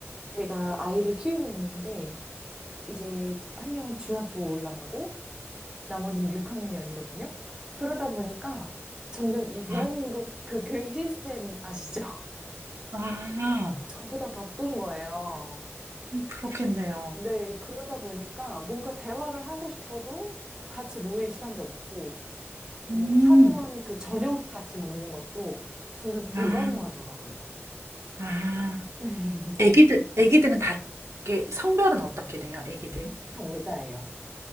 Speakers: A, on the right (about 20°); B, on the right (about 80°).
A: 제가 아이를 키우고 있는데 이제 한 명은 중학교 올라가고 나머지는 6학년이거든요. 그러다 보니까 점점 이 대한민국
B: 아,
A: 그 교육 시스템 아시죠? <laughs>
B: 아,
A: 저보다 바쁜 거예요.
B: 음, 그렇겠네요.
A: 네, 그러다 보니까 뭔가 대화를 하고 싶어도 같이 모일 시간도 없고, 뭐
B: 음,
A: 사소한 그 저녁 같이 먹는 것도 점점 불가능하더라고요.
B: 아, 아.
A: <laughs>
B: 애기들, 애기들은
A: 네,
B: 다, 이게 성별은 어떻게 돼요, 애기들?
A: 다 여자예요.